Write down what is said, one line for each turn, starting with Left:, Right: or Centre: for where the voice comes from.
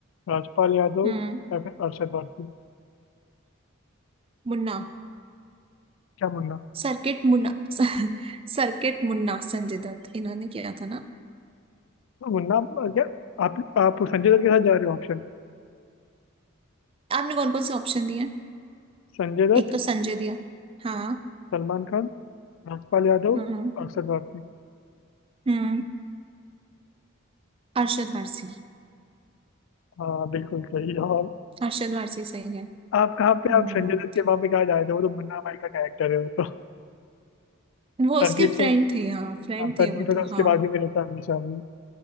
Left: राजपाल यादव
Right: हम्म
Left: या फिर अरशद वारसी
Right: मुन्ना
Left: क्या मुन्ना
Right: सर्किट मुन्ना <laughs> सर्किट मुन्ना संजय दत्त इन्होंने किया था ना
Left: तो मुन्ना क्या आप आप संजय दत्त के साथ जा रहे हो ऑप्शन
Right: आपने कौन कौन से ऑप्शन दिए
Left: संजय दत्त
Right: एक तो संजय दिया हाँ
Left: सलमान खान राजपाल यादव
Right: हम्म
Left: अक्षर भारती
Right: हम्म अरशद वारसी
Left: हाँ बिल्कुल सही जवाब
Right: अरशद वारसी सही है
Left: आप कहाँ
Right: हम्म
Left: पे आप संजय दत्त के पापा कहाँ जाए थे वो तो मुन्ना भाई का कैरेक्टर है वो तो
Right: वो
Left: सर्किट
Right: उसके फ्रेंड
Left: तो
Right: थे हाँ फ्रेंड
Left: हाँ सर्किट
Right: थे वो
Left: होता
Right: तो
Left: है, उसके
Right: हाँ
Left: बाजू में रहता है हमेशा वो।